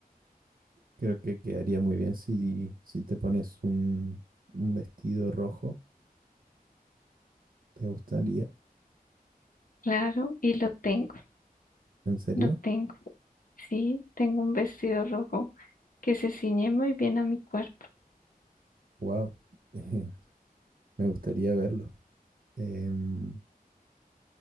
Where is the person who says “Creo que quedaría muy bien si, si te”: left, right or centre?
Right